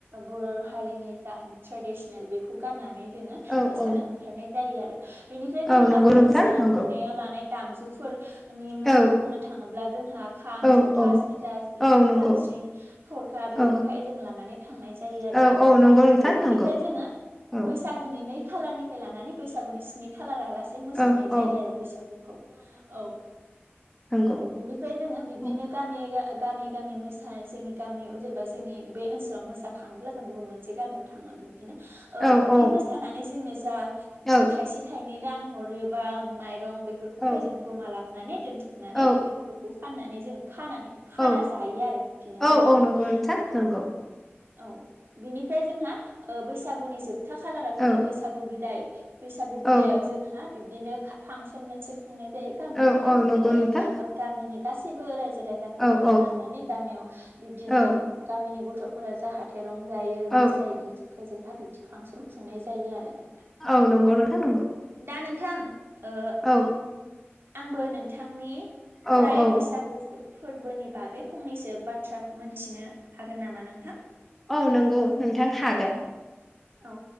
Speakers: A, on the right; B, in the centre.
A: बर' हारिनि जा ट्रेडिसनेल बेखौ गाननानै जोङो
B: औ
A: मोसानो
B: औ
A: ओंखारनाय जायो आरो बेनिफ्राय जोंहा
B: औ नंगौ
A: बेयाव
B: नोंथां
A: मोसानो
B: नंगौ
A: ओंखारनायाव लानाय दामजुफोरनि मुंखौ
B: औ
A: बुंनो थाङोब्ला जोंहा खाम,
B: औ
A: जथा
B: औ
A: सेरजा, सिफुं,
B: औ नंगौ
A: जाबस्रिं, थरखा बेफोरखौहाय
B: औ
A: जों लानानै थांनाय जायो आ
B: औ
A: रो नोंथां।
B: औ नंगौ नोंथां
A: औ बेनिफ्राय
B: नंगौ
A: जोङो
B: औ
A: बैसागुनि नै खालारनिफ्राय लानानै बैसागुनि स्नि खालाराला से मोसानाय
B: औ
A: जायो
B: औ
A: आरो बैसागुखौ औ।
B: नंगौ
A: औ बिनिफ्राय जोङो बिबदिनो
B: औ
A: गामि गा गामि गामि मोसा जोंनि गामियाव जेनेबा जोंनि बे ओनसोलाव मोसाखाङोब्ला जों गुबुन मोनसे गामियाव थाङो बिब दिनो ओ
B: औ
A: बिबदि
B: औ
A: मोसानानै जोंनो जा
B: औ
A: थाइसे थाइनै रां हरो बा माइरं बेफोरखौहाय
B: औ
A: जों जमा लाबनानै दोनथुमनानै
B: औ
A: बेफोरखौ फान नानै जों खानानै खाना
B: औ
A: जायो आरो बिदिनो
B: औ
A: जमानो
B: औ नंगौ नोंथां
A: औ।
B: नंगौ
A: औ बिनिफ्राय जोंहा ओ बैसागुनि जोबथा खालारा
B: औ
A: जोंहा बैसागु बिदाय बैसागु बिदायाव
B: औ
A: जोंहा बिब्दिनो फांसन मोनसे खुंनाय जायो गामियावहाय
B: औ औ
A: बिब्दिनो
B: नंगौ नोंथां
A: गामिनि गासैबो रायजो राजाफोर
B: औ
A: लोगो
B: औ
A: नांनानै गामियाव बिब्दिनो
B: औ
A: गामिनि गथ' गथ'फोरा जाहाथे रंजायो
B: औ
A: मोसायो बिनि थाखाय जोंहा बिबदि फांसन खुंनाय जायो आरो ना।
B: औ नंगौ नोंथां नंगौ
A: दा नों थां ओ
B: औ
A: आंबो नोंथांनि
B: औ
A: फ्राय
B: औ
A: बैसागु फो फोरबोनि बागै फंनैसो बाथ्रा मोनथिनो हागोन नामा नोंथां?
B: औ नंगौ नोंथां हागोन।
A: औ